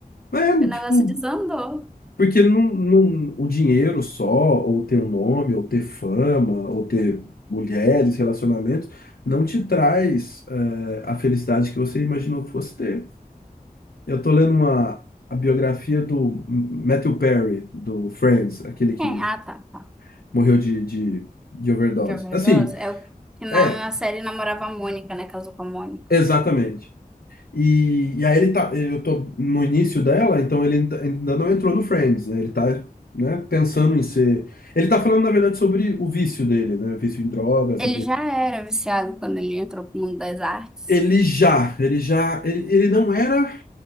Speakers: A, on the left; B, in the centre.
A: É,
B: e o
A: tipo,
B: negócio desandou.
A: porque não, não, o dinheiro só, ou ter um nome, ou ter fama, ou ter mulheres, relacionamentos, não te traz, é, a felicidade que você imaginou que fosse ter. Eu tô lendo uma a biografia do Matthew Perry, do Friends, aquele que
B: É, ah, tá, tá.
A: morreu de, de, de overdose.
B: de viu
A: Assim,
B: É o que na,
A: é,
B: na série namorava a Mônica, né? Casou com a Mônica.
A: exatamente. E, e aí ele tá, eu tô no início dela, então ele ainda ainda não entrou no Friends, né? Ele tá, né, pensando em ser. Ele tá falando, na verdade, sobre o vício dele, né? Vício em drogas,
B: Ele já era viciado quando ele entrou pro mundo das artes.
A: Ele já, ele já, ele, ele não era,